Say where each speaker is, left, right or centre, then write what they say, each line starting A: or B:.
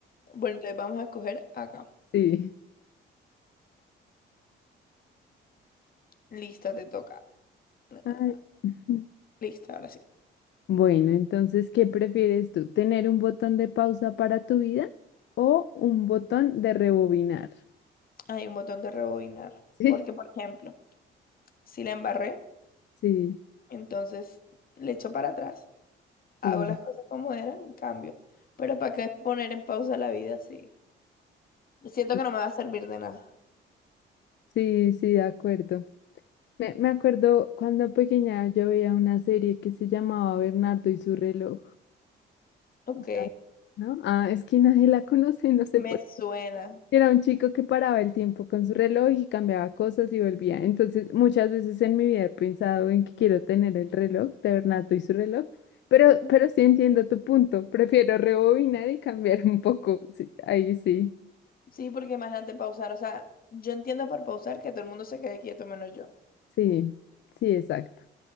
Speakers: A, on the left (about 45°); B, on the left (about 65°).
A: Bueno, entonces vamos a escoger acá.
B: Sí.
A: Listo, te toca. Ah,
B: Ay. <laughs>
A: Listo, ahora sí.
B: Bueno, entonces, ¿qué prefieres tú? ¿Tener un botón de pausa para tu vida o un botón de rebobinar?
A: Hay un botón de rebobinar.
B: <laughs>
A: Porque, por ejemplo, si la embarré,
B: Sí, sí,
A: entonces le echo para atrás hago
B: sí,
A: las cosas como eran y cambio. Pero ¿para qué poner en pausa la vida así? Siento
B: sí,
A: que no me va a servir de nada.
B: sí, sí, de acuerdo. Me, me acuerdo cuando pequeña yo veía una serie que se llamaba Bernardo y su reloj,
A: Ok,
B: ¿sabes? ¿No? Ah, es que nadie la conoce, no sé
A: me
B: por
A: suena.
B: qué. Era un chico que paraba el tiempo con su reloj y cambiaba cosas y volvía. Entonces, muchas veces en mi vida he pensado en que quiero tener el reloj, de Bernato y su reloj, pero,
A: Mm,
B: pero sí entiendo tu punto. Prefiero rebobinar y cambiar <laughs> un poco. Sí, ahí sí,
A: Sí, porque imagínate pausar, o sea, yo entiendo por pausar que todo el mundo se quede quieto menos yo.
B: sí, sí, exacto.